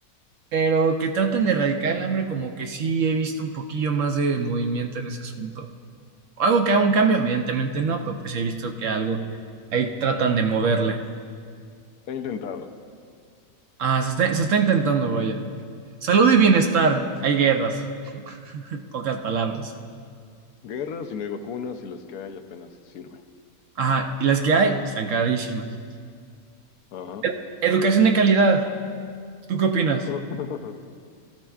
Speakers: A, on the right; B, on the left.
A: Pero que traten de erradicar el hambre, como que sí he visto un poquillo más de movimiento en ese asunto. Algo que haga un cambio, evidentemente no, pero pues he visto que algo ahí tratan de moverle.
B: He intentado.
A: Ah, se está, se está intentando, vaya. Salud y bienestar, hay guerras, <laughs> pocas palabras.
B: Guerras y no hay vacunas y las que hay apenas se sirven.
A: Ajá, y las que hay están carísimas.
B: Ajá.
A: Ed- Educación de calidad, ¿tú qué opinas?
B: <laughs>